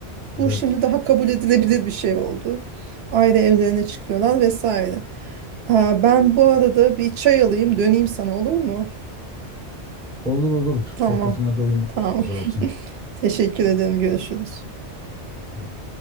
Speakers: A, on the right; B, in the centre.
A: Bu
B: Evet.
A: şimdi daha kabul edilebilir bir şey oldu. Ayrı evlerine çıkıyorlar vesaire. Aa, ben bu arada bir çay alayım döneyim sana olur mu?
B: Olur olur.
A: Tamam.
B: Sohbetine doyum
A: Tamam.
B: zaten.
A: <laughs> Teşekkür ederim. Görüşürüz.
B: Tamam.